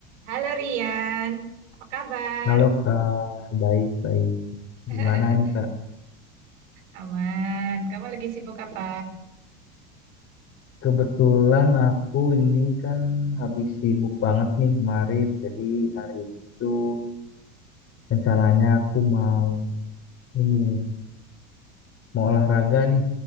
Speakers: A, on the right; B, on the left.
A: Halo Rian, apa kabar?
B: Halo Kak, baik-baik.
A: <laughs>
B: Gimana nih Kak?
A: Aman, kamu lagi sibuk apa?
B: Kebetulan aku ini kan habis sibuk banget nih kemarin. Jadi hari itu rencananya aku mau ini, mau olahraga nih.